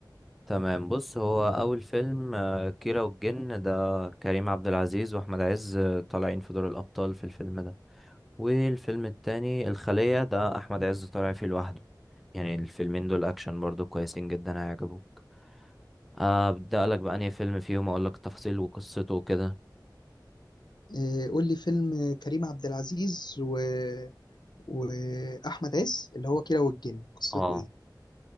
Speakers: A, in the centre; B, on the left.
A: تمام بص هو اول فيلم آه، كيرة والجن ده كريم عبد العزيز واحمد عز آه، طالعين في دور الابطال في الفيلم ده والفيلم التاني الخلية ده احمد عز طالع فيه لوحده يعني الفيلمين دول اكشن برضو كويسين جدا هيعجبوك ابدا لك بأنهي فيلم فيهم اقول لك التفاصيل وقصته وكده
B: آه، قول لي فيلم آه، كريم عبد العزيز و... واحمد عز اللي هو كيرة والجن قصته
A: اه
B: ايه